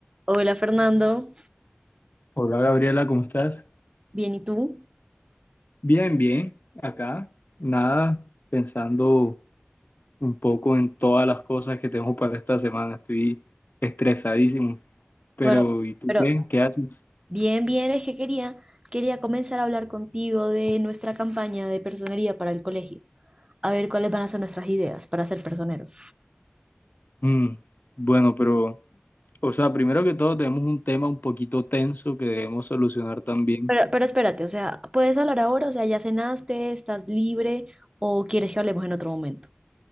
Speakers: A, on the right (about 20°); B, on the left (about 50°).
A: Hola Fernando,
B: Hola Gabriela, ¿cómo estás?
A: bien, ¿y tú?
B: Bien, bien, acá, nada, pensando un poco en todas las cosas que tengo para esta semana, estoy estresadísimo, pero
A: Bueno,
B: ¿y tú
A: pero
B: qué? ¿Qué haces?
A: bien, bien, es que quería, quería comenzar a hablar contigo de nuestra campaña de personería para el colegio, a ver cuáles van a ser nuestras ideas para ser personeros.
B: Mm, bueno, pero, o sea, primero que todo tenemos un tema un poquito tenso que debemos solucionar también.
A: Pero, pero espérate, o sea, ¿puedes hablar ahora? O sea, ¿ya cenaste? ¿Estás libre? ¿O quieres que hablemos en otro momento?